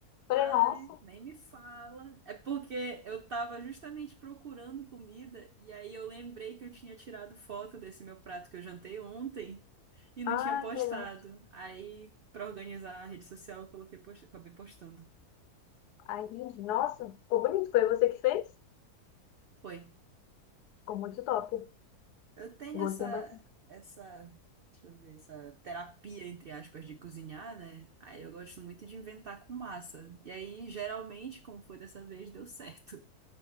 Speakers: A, on the left; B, on the right.
A: Falei,
B: Ai,
A: nossa.
B: nem me fala. É porque eu tava justamente procurando comida e aí eu lembrei que eu tinha tirado foto desse meu prato que eu jantei ontem e não
A: Ah,
B: tinha postado.
A: que legal.
B: Aí, pra organizar a rede social, eu coloquei, post... acabei postando.
A: Ai, gente, nossa, ficou bonito. Foi você que fez?
B: Foi.
A: Ficou muito top.
B: Eu tenho
A: Gostei
B: essa,
A: bastante.
B: essa, deixa eu ver, essa terapia, entre aspas, de cozinhar, né? Aí eu gosto muito de inventar com massa. E aí, geralmente, como foi dessa vez, deu certo.